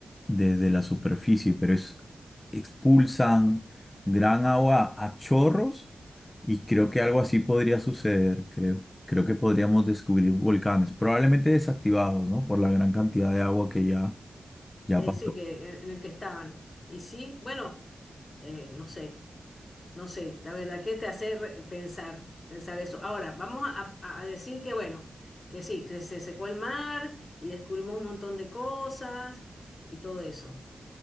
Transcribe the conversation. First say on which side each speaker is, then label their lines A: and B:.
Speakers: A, on the left; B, on the left.
A: desde la superficie, pero es, expulsan gran agua a chorros y creo que algo así podría suceder, creo. Creo que podríamos descubrir volcanes, probablemente desactivados, ¿no? Por la gran cantidad de agua que ya, ya
B: que
A: pasó.
B: sí, que en, en el que estaban. Y sí, bueno, eh, no sé, no sé, la verdad, que te hace re- pensar, pensar eso? Ahora, vamos a, a- a decir que, bueno, que sí, que se, se secó el mar y descubrimos un montón de cosas y todo eso.